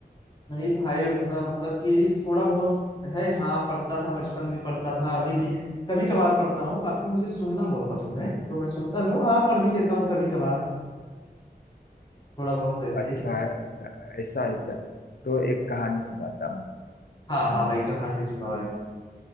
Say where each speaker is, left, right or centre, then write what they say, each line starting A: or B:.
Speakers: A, on the left; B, on the left.
A: नहीं भाई उतना मतलब कि थोड़ा बहुत है हाँ पढ़ता था बचपन में पढ़ता था अभी भी कभी कभार पढ़ता हूँ बाकी मुझे सुनना बहुत पसंद है तो मैं सुनता भी हूँ हाँ पढ़ भी लेता हूँ कभी कभार थोड़ा बहुत ऐसे
B: अच्छा अ, ऐसा है क्या तो एक कहानी सुनाता हूँ
A: हाँ
B: हाँ
A: हाँ भाई कहानी सुनाओ यार